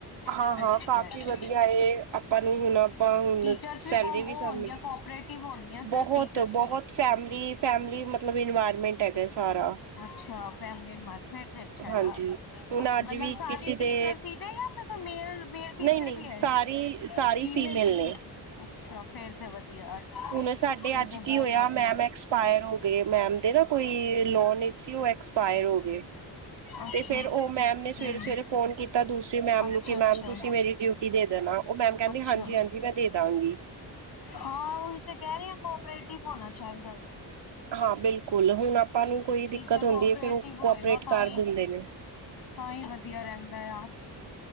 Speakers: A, on the right; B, on the left.
A: ਹਾਂ-ਹਾਂ,
B: ਉਹ ਤੇ ਵਧੀਆ
A: ਕਾਫ਼ੀ
B: ਹੈ।
A: ਵਧੀਆ ਏ, ਆਪਾਂ ਨੂੰ ਹੁਣ ਤਾਂ ਹੁਣ
B: ਟੀਚਰਸ
A: ਸੈਲਰੀ
B: ਕੋ ਉਹ
A: ਵੀ ਸਾਨੂੰ
B: ਹੋਣਗੀਆਂ
A: ਮਿਲ
B: ਕੋਪਰੇਟਿਵ ਹੋਣਗੀਆਂ ਫਿਰ
A: ਬਹੁਤ-ਬਹੁਤ
B: ਟੀਚਰਸ
A: ਫੈਮਿਲੀ, ਫੈਮਿਲੀ ਮਤਲਬ ਇਨਵਾਇਰਮੈਂਟ ਹੈਗਾ ਸਾਰਾ।
B: ਅੱਛਾ, ਫੈਮਲੀ ਇੰਵਾਇਰ ਫਿਰ ਤੇ ਅੱਛਾ,
A: ਹਾਂਜੀ ਹੁਣ ਅੱਜ
B: ਮਤਲਬ
A: ਵੀ
B: ਸਾਰੇ
A: ਕਿਸੇ ਦੇ
B: ਟੀਚਰ ਹੀ ਨੇ ਜਾਂ ਮੇਲ-ਮੇਲ ਟੀਚਰ
A: ਨਹੀਂ-ਨਹੀਂ
B: ਵੀ ਹੈ,
A: ਸਾਰੀ-ਸਾਰੀ
B: ਫੀਮੇਲ ਟੀਚਰ
A: ਨੇ।
B: ਅੱਛਾ ਫੇਰ ਤੇ ਵਧੀਆ
A: ਹੁਣ ਸਾਡੇ
B: ਫੇਰ
A: ਅੱਜ
B: ਤੇ ਬਹੁਤ
A: ਕੀ ਹੋਇਆ,
B: ਵਧੀਆ
A: ਮੈਮ ਐਕਸਪਾਇਰ ਹੋ ਗਏ, ਮੈਮ ਦੇ ਨਾ ਕੋਈ ਲੋਨ ਵਿੱਚ ਸੀ, ਉਹ ਐਕਸਪਾਇਰ ਹੋ ਗਏ
B: ਅੱਛਾ
A: ਤੇ ਫੇਰ ਉਹ ਮੈਮ ਨੇ ਸਵੇਰੇ
B: ਨਹੀਂ
A: ਸਵੇਰੇ ਫੋਨ ਕੀਤਾ, ਦੂਸਰੀ ਮੈਮ
B: ਅੱਛਾ
A: ਨੂੰ ਕਿ
B: ਅੱਛਾ
A: ਮੈਮ ਤੁਸੀਂ ਮੇਰੀ ਡਿਊਟੀ ਟੀ ਦੇ ਦੇਣਾ ਉਹ ਮੈਮ ਕਹਿੰਦੀ,
B: ਅੱਛਾ
A: ਹਾਂਜੀ ਹਾਂਜੀ ਮੈਂ ਦੇ ਦਾਂਗੀ
B: ਹਾਂ ਉਹੀ ਤੇ ਕਹਿ ਰਹੀ ਹੈ, ਕੋਪਰੇਟਿਵ ਹੋਣਾ ਚਾਹੀਦਾ ਵੀ
A: ਹਾਂ ਬਿਲਕੁਲ, ਹੁਣ ਆਪਾਂ ਨੂੰ ਕੋਈ ਦਿੱਕਤ
B: ਟੀਚਰ
A: ਹੁੰਦੀ
B: ਕੋਪਰੇਟਿਵ
A: ਹੈ ਫਿਰ ਉਹ ਕੋਪਰੇਟ
B: ਹੋਏਗਾ ਤਾਂ
A: ਕਰ
B: ਹੀ
A: ਦਿੰਦੇ ਨੇ
B: ਤਾਂ ਹੀ ਵਧੀਆ ਰਹਿੰਦਾਂ ਯਾਰ